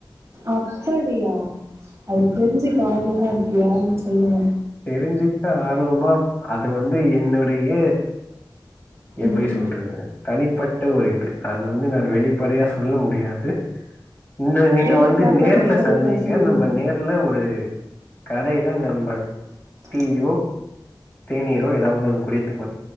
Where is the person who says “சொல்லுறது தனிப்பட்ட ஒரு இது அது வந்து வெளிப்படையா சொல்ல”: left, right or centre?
Left